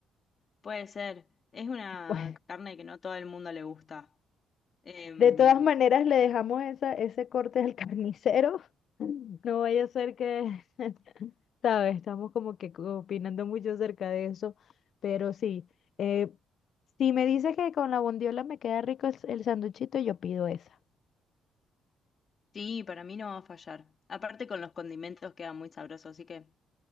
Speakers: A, on the left (about 45°); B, on the left (about 60°).
A: Puede ser. Es una
B: Bueno,
A: carne que no a todo el mundo le gusta. Em,
B: de todas maneras, le dejamos esa, ese corte al carnicero. <laughs> No vaya a ser que, <laughs> ¿sabes? Estamos como que opinando mucho acerca de eso, pero sí. eh, si me dices que con la bondiola me queda rico el, el sanduchito, yo pido esa.
A: sí, para mí no va a fallar. Aparte con los condimentos queda muy sabroso, así que...